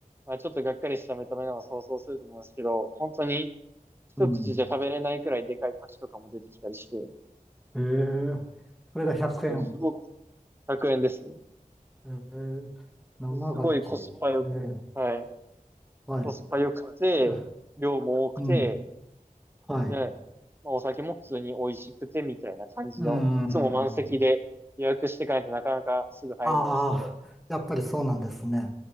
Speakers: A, on the right (about 15°); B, in the centre.
A: まあ、ちょっとがっかりした目た目なのを想像すると思いますけど、本当に一口じゃ食べれないくらいでかい牡蠣とかも出てきたりして、
B: うん。
A: も
B: えー、それが100円。
A: うすごく100円ですね。
B: ええ、生牡蠣。
A: ですごいコスパよく、
B: ええ、
A: はい。
B: はい。
A: コスパよくて、
B: <laughs> あ
A: 量も多くて、
B: うん。はい。
A: で、まあ、お酒も普通に美味しくてみたいな感じの、
B: うん。
A: いつも満席で予約していかないとなかなかすぐ入れないですけど、
B: ああ、やっぱりそうなんですね。